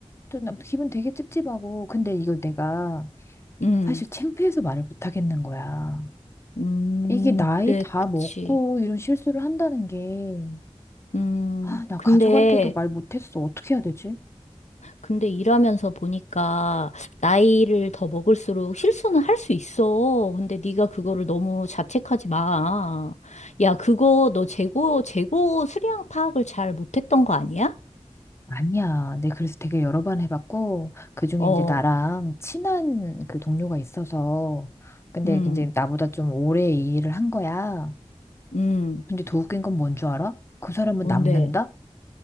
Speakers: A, on the left; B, on the left.
A: 또 나- 기분 되게 찝찝하고 근데 이걸 내가
B: 음,
A: 사실 창피해서 말을 못 하겠는 거야
B: 음,
A: 이게 나이
B: 그래,
A: 다
B: 그치.
A: 먹고 이런 실수를 한다는 게
B: 음,
A: 아, 나
B: 근데,
A: 가족한테도 말 못했어. 어떻게 해야 되지?
B: 근데 일하면서 보니까 나이를 더 먹을수록 실수는 할 수 있어. 근데 네가 그거를 너무 자책하지 마. 야, 그거 너 재고 재고 수량 파악을 잘 못했던 거 아니야?
A: 아니야. 내 그래서 되게 여러 번 해봤고, 그중에
B: 어,
A: 이제 나랑 친한 그 동료가 있어서, 근데
B: 음,
A: 이제 나보다 좀 오래 이 일을 한 거야.
B: 음,
A: 근데 더 웃긴 건 뭔 줄 알아? 그 사람은
B: 뭔데?
A: 남는다?